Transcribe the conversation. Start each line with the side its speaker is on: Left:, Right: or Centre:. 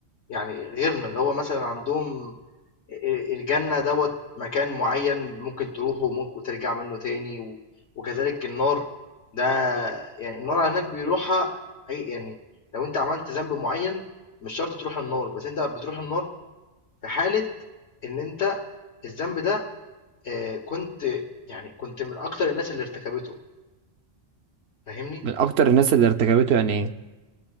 Left: يعني غيرنا اللي هو مثلا عندهم الجنة دوت مكان معين ممكن تروحه وممكن وترجع منه تاني و- وكذلك النار ده يعني النار هناك بيروحها أي يعني لو انت عملت ذنب معين مش شرط تروح النار بس انت بتروح النار في حالة ان انت الذنب ده آه، كنت يعني كنت من اكتر الناس اللي ارتكبته فاهمني
Right: من اكتر الناس اللي ارتكبته يعني ايه